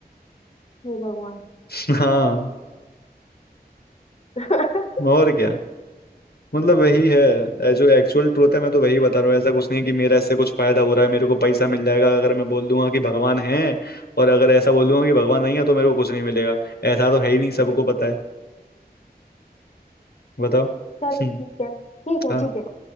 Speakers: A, on the left; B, on the left.
A: हे भगवान
B: <laughs> हाँ
A: <laughs>
B: और क्या मतलब वही है ए, जो एक्चुअल ट्रूथ है मैं तो वही बता रहा हूँ ऐसा कुछ नहीं कि मेरा इससे कुछ फायदा हो रहा है मेरे को पैसा मिल जाएगा अगर मैं बोल दूंगा कि भगवान है और अगर ऐसा बोल दूंगा कि भगवान नहीं है तो मेरे को कुछ नहीं मिलेगा ऐसा तो है ही नहीं सबको पता है बताओ हम्म
A: चलो ठीक है ठीक है
B: हाँ
A: ठीक है